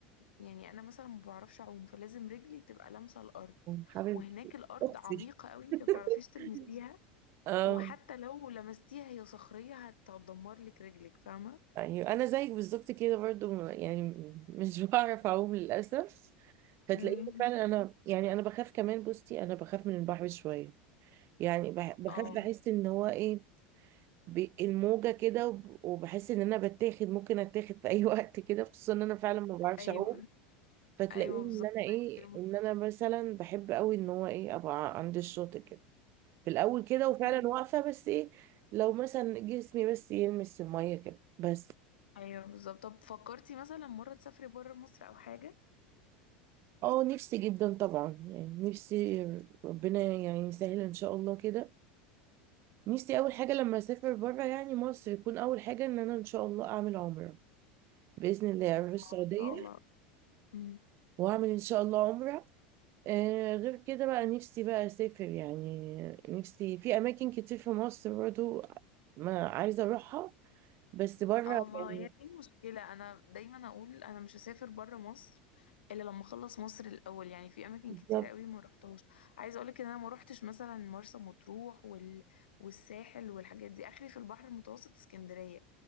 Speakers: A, on the left (about 90°); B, on the right (about 50°).
A: يعني أنا مثلا ما بعرفش أعوم فلازم رجلي تبقى لامسة الأرض
B: حبيبتي
A: وهناك الأرض
B: اختي
A: عميقة قوي أنت ما بتعرفيش
B: <laughs>
A: تلمسيها
B: اه
A: وحتى لو لمستيها هي صخرية هتدمر لك رجلك فاهمة؟
B: ايوه انا زيك بالظبط كده برضو يعني مش بعرف اعوم للاسف فتلاقيني
A: امم
B: فعلا انا يعني انا بخاف كمان بصي انا بخاف من البحر شويه يعني بح- بخاف
A: اه
B: بحس ان هو ايه ب- الموجه كده وب- وبحس ان انا بتاخد ممكن اتاخد في اي <laughs> وقت كده خصوصا ان انا فعلا ما بعرفش
A: ايوه
B: اعوم فتلاقيني
A: أيوه
B: ان
A: بالظبط
B: انا ايه
A: دي المشكلة.
B: ان انا مثلا بحب قوي ان هو ايه ابقى عند الشاطئ كده في الاول كده وفعلا
A: طيب
B: واقفه بس ايه لو مثلا جسمي بس يلمس الميه كده بس
A: أيوه بالظبط طب فكرتي مثلا مرة تسافري بره مصر أو حاجة؟
B: اه نفسي جدا طبعا يعني نفسي ربنا يعني يسهل ان شاء الله كده نفسي اول حاجه لما اسافر بره يعني مصر يكون اول حاجه ان انا ان شاء الله اعمل عمره باذن الله اروح السعوديه
A: آه، ان شاء الله مم.
B: واعمل ان شاء الله عمره آه غير كده بقى نفسي بقى اسافر يعني نفسي في اماكن كتير في مصر برضو ما عايزه اروحها بس بره
A: اه ما
B: يعني
A: هي دي المشكلة أنا دايما أقول أنا مش هسافر برا مصر إلا لما أخلص مصر الأول يعني في أماكن
B: بالظبط
A: كتيرة قوي ما روحتهاش عايزة أقولك إن أنا ما روحتش مثلا مرسى مطروح وال... والساحل والحاجات دي آخري في البحر المتوسط اسكندرية